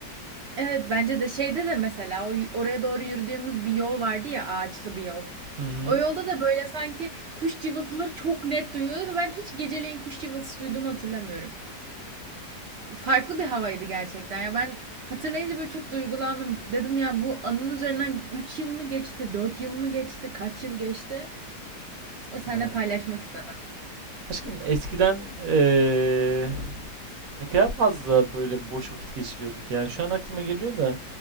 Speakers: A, on the right; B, on the right.
A: Evet, bence de şeyde de mesela o y oraya doğru yürüdüğümüz bir yol vardı ya, ağaçlı bir yol.
B: Hı hı.
A: O yolda da böyle sanki kuş cıvıltıları çok net duyuluyordu ve ben hiç geceleyin kuş cıvıltısı duyduğumu hatırlamıyorum. farklı bir havaydı gerçekten. Ya ben hatırlayınca böyle çok duygulandım. Dedim ya bu anın üzerinden 3 yıl mı geçti, 4 yıl mı geçti, kaç yıl geçti? Seninle
B: Evet.
A: paylaşmak istedim.
B: Aşkım eskiden eee, ne kadar fazla böyle boş vakit geçiriyorduk ya. Şu an aklıma geliyor da